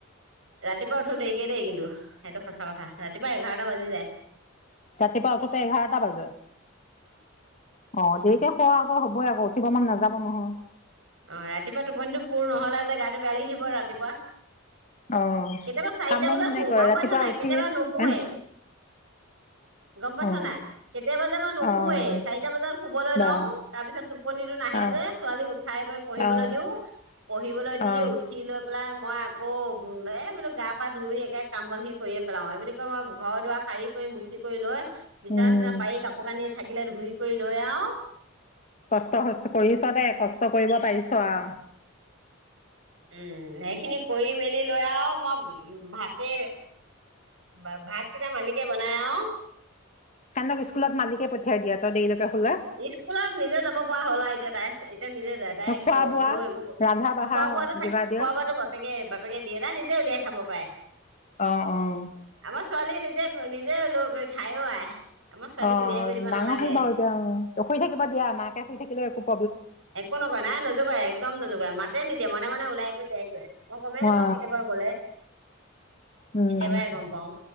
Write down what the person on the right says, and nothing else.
ৰাতিপুৱা উঠো দেৰিকে দেই কিন্তু সেইটো সঁচা কথা ৰাতিপুৱা এঘাৰটা বাজি যায়।
অ', ৰাতিপুৱা টোপনিটো পুৰ নহলে যে গাটো বেযায় লাগি থাকিব ৰাতিপুৱা।
কেতিয়াবা চাৰিটা
বজাত
শু
গম
পাইছা নাই
কেতিয়াবা নুশোৱেই,
গম পাইছা
নে নাই, কেতিয়াবা নুশুৱেই
চাৰিটা বজাত শুবলৈ
লও তাৰ পিছত টোপনিটো নাহে
যে ছোৱালী গৈ পঢ়িবলৈ
দিও পঢ়িবলৈ দি
উঠি লৈ পেলাই মই আকৌ উম এই বোলো গা, পা' ধুই একে কাম বনি কৰিয়ে পেলাও এই বুলি কয় মই ঘৰ দুৱাৰ শাৰী কৰি মুচি কৰি লৈ বিচা
চিচা পাৰি কাপোৰ কানি থাকিলে ধুই কৰি লৈ আ',
উম সেইখিনি কৰি মেলি লৈ আৰু মই উ ভাতে বা ভাত কেইটা মালিকে বনাই অ',
স্কুলত নিজে যাব পৰা হ'ল আৰু এতিয়া তাই। এয়া নিজে যায় তাই
কোনো একো
খোৱা বোৱো থাক
খোৱা বোৱাাতো বাপেকে বাপে দিয়ে না <unintelligible> উলিয়াই খাব পাৰে,
আমাৰ ছোৱালী নিজে নিজেও লৈ গৈ খায়ও আই। আমাৰ ছোৱালীক
উলিয়াই কৰি দিব
নালাগে
একো নকয় নাই নোজোকায় একদম নোজোকায়। মাত মাতে নিদিয়া মনে মনে ওলাই গৈ যাইগৈ। মই গমেই নাপাওঁ
কেতিয়াবা গলে,
কেতিয়াবাই গম পাও।